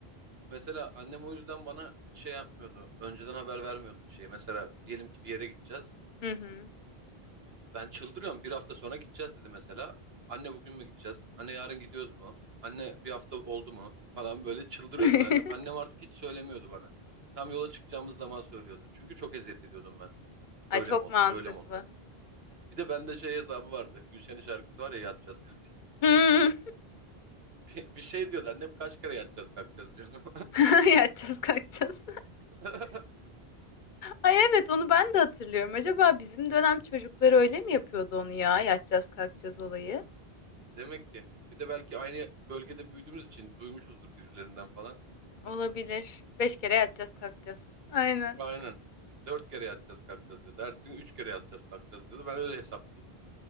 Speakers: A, on the right; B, on the left.
A: Mesela annem o yüzden bana hiç şey yapmıyordu. Önceden haber vermiyordu bir şey. Mesela diyelim ki bir yere gideceğiz.
B: <laughs> Hı hı.
A: Ben çıldırıyorum. Bir hafta sonra gideceğiz dedi mesela. Anne bugün mü gideceğiz? Anne yarın gidiyoruz mu? Anne bir hafta oldu mu? Falan böyle çıldırıyordum
B: <laughs>
A: her gün. Annem artık hiç söylemiyordu bana. Tam yola çıkacağımız zaman söylüyordu. Çünkü çok eziyet ediyordum ben.
B: Ay
A: Öyle
B: çok
A: mi oldu?
B: mantıklı.
A: Böyle mi oldu? Bir de bende şey hesabı vardı. Gülşen'in şarkısı var ya yatacağız kalkacağız.
B: Hmm.
A: <laughs> Bir, bir şey diyordu annem kaç kere yatacağız kalkacağız diyordum.
B: <laughs> Yatacağız kalkacağız.
A: <laughs>
B: Ay evet onu ben de hatırlıyorum. Acaba bizim dönem çocukları öyle mi yapıyordu onu ya? Yatacağız kalkacağız olayı.
A: Demek ki. Bir de belki aynı bölgede büyüdüğümüz için duymuşuzdur birilerinden falan.
B: Olabilir. Beş kere yatacağız kalkacağız. Aynen.
A: Aynen. Dört kere yatacağız kalkacağız diyordu. Ertesi gün üç kere yatacağız kalkacağız diyordu. Ben öyle hesaplıyordum.